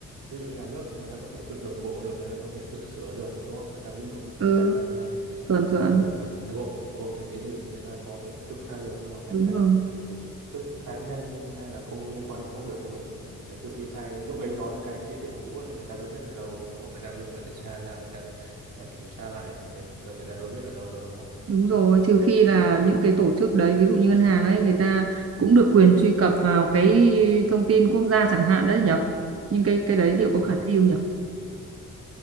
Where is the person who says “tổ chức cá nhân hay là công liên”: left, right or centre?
Right